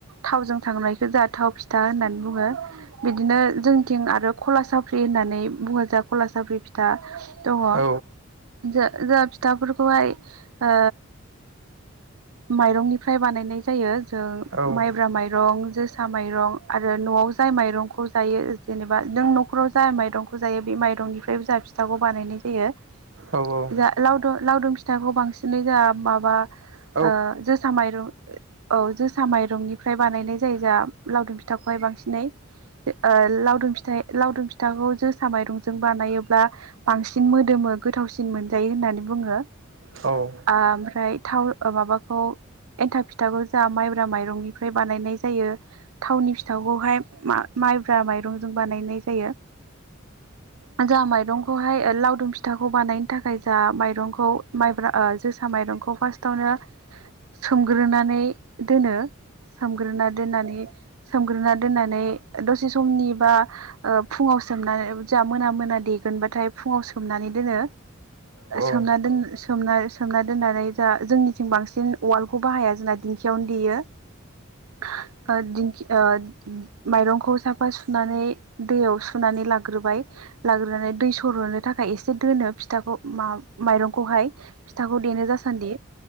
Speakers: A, on the right; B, on the right.
A: थावजों थांनायखौ जहा थाव फि था होनना बुङो बिदिनो जोंनिथिं आरो खला सफ्रि होननानै बुङो जा खला साफ्रि फिथा दङ
B: औ
A: ज जोंहा फिथाफोरखौहाय ओ माइरंनिफ्राय बानायनाय जायो जों
B: औ
A: माइब्रा माइरं जोसा माइरं आरो न'आव जाय माइरंखौ जायो जेनेबा नों न'खराव जाय माइरंखौ जायो बे माइरंनिफ्रायबो जाफि फिथाखौ बानायनाय जायो
B: औ औ
A: जा लावदु लावदुम फिथाखौ बांसिनै जोंहा माबा
B: औ खोनादों नोंथां औ
A: ओ जोसा माइरं औ जोसा माइरंनिफ्राय बानायनाय जायो जोंहा ला फिथाखौहाय बांसिनै ओ लावदुम फिथाइ लावदुम फिथाखौ जोसा माइरंजों बानायोब्ला बांसिन मोदोमो गोथावसिन मोनजायो होननानै बुङो
B: औ
A: आमफ्राय थाव माबाखौ एन्था फिथाखौ जहा माइब्रा माइरंनिफ्राय बानायनाय जायो थाव फिथाखौहाय मा-माइब्रा माइरंजों बानायनाय जायो। जोहा माइरंखौहाय ए लावदुम फिथाखौ बानायनो थाखाय जहा माइरंखौ माइब्रा ओ जोसा माइरंखौ फार्स्टआवनो सोमग्रोनानै दोनो सोमग्रोना दोननानै सोमग्रोना दोननानै दसे समनि बा ओ फुङाव सोमनानै जोहा मोना मोना दे दोनबाथाय फुङाव सोमनानै दोनो सोमना
B: औ
A: दोन सो सोमना सोमना दोननानै जोहा जोंनिथिं बांसिन उवालखौ बाहाया जोंना दिंखियावनो देयो। ओ दिंखि ओ माइरंखौ साफा सुनानै दैयाव सुनानै लाग्रोबाय लाग्रोनानै दै सरहोननो थाखाय एसे दोनो फिथाखौ मा-माइरंखौहाय फिथाखौ देनो जासान्दि।